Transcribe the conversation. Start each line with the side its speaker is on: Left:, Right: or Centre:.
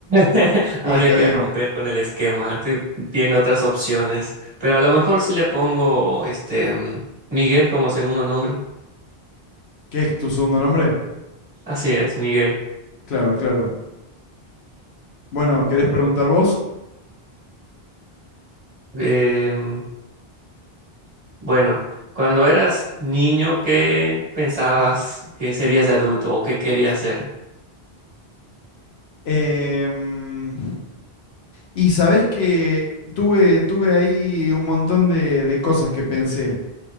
Right: <laughs> Habría
Left: Y está
Right: que
Left: bien.
Right: romper con el esquema. Estoy viendo otras opciones. Pero a lo mejor sí le pongo este mm, Miguel como segundo nombre.
Left: ¿Qué es tu segundo nombre?
Right: Así es, Miguel.
Left: Claro, claro. Bueno, ¿querés preguntar vos?
Right: Em, Bueno, cuando eras niño, ¿qué pensabas que serías de adulto o qué querías ser?
Left: Em, y sabés que tuve, tuve ahí un montón de, de cosas que pensé.